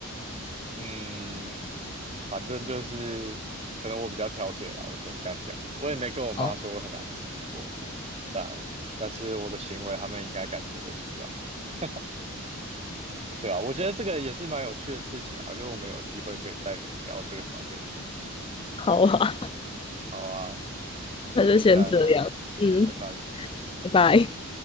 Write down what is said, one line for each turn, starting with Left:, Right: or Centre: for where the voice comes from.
Right: 嗯，反正就是可能我比较挑嘴啦，我只能这样讲。我也没跟我妈说我很难吃过，
Left: 哦，
Right: 但但是我的行为他们应该感觉得出来。<laughs> 对啊，我觉得这个也是蛮有趣的事情啊，我觉得我们有机会可以再聊这个方面的东西。
Left: 好啊，
Right: 好啊，那就先这样了，
Left: 那就先这样，嗯，
Right: 拜拜。
Left: 拜拜。